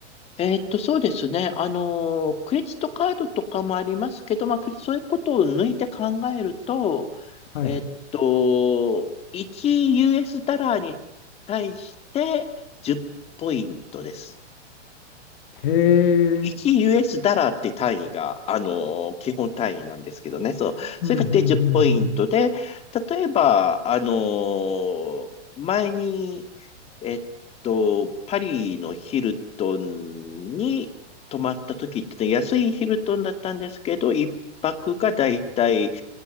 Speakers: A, on the left (about 15°); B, on the left (about 45°).
A: えーっと、そうですね。あのー、クレジットカードとかもありますけど、まあ、クレそういうことを抜いて考えると、
B: はい。
A: えっと、1US ダラーに対して10ポイントです。
B: へえ、
A: 1US ダラーって単位が、あの、基本単位なんですけどね。そう。
B: うん、
A: それがで10ポイントで、
B: うん、うん、うん。
A: 例えば、あの、前に、えっと、パリのヒルトンに泊まった時ってね、安いヒルトンだったんですけど、一泊がだいたい